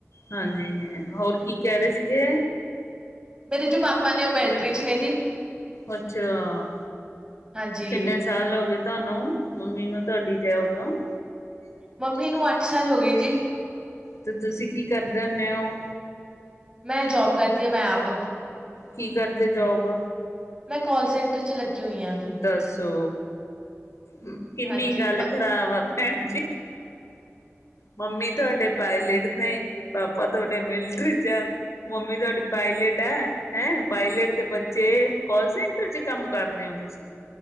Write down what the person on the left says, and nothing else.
ਹਾਂਜੀ, ਹੋਰ ਕੀ ਕਹਿ ਰਹੇ ਸੀਗੇ?
ਅੱਛਾ
ਕਿੰਨੇ ਸਾਲ ਹੋ ਗਏ? ਤੁਹਾਨੂੰ, ਮੰਮੀ ਨੂੰ ਤੁਹਾਡੀ ਜੋਬ ਨੂੰ
ਤੇ ਤੁਸੀਂ ਕੀ ਕਰ ਦੇਨੇ ਔ?
ਕੀ ਕਰਦੇ ਜੋਬ
ਦੱਸੋ, ਕਿੰਨੀ
ਗੱਲ ਖਰਾਬ ਆ ਭੈਣ ਜੀ ਮੰਮੀ ਤੁਹਾਡੇ ਪਾਇਲਟ ਨੇ ਪਾਪਾ ਤੁਹਾਡੇ ਮਿਲਟਰੀ ਚ ਆ ਮੰਮੀ ਤੁਹਾਡੀ ਪਾਇ ਪਾਇਲਟ ਹੈ ਹੈਂ, ਪਾਇਲਟ ਦੇ ਬੱਚੇ ਕਾਲ ਸੈਂਟਰ ਚ ਕੰਮ ਕਰਦੇ ਹੋ ਤੁਸੀਂ